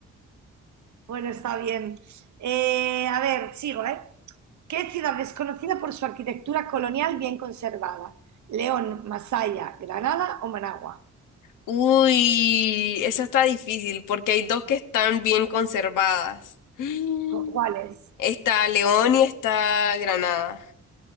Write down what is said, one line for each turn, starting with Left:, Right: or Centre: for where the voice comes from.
Right: bueno, está bien. Eh, a ver, sigo, ¿eh? ¿Qué ciudad es conocida por su arquitectura colonial bien conservada? León, Masaya, Granada o Managua.
Left: Uy, esa está difícil porque hay dos que están bien conservadas. <gasps>
Right: ¿Cu- ¿Cuál es?
Left: Está León y está Granada.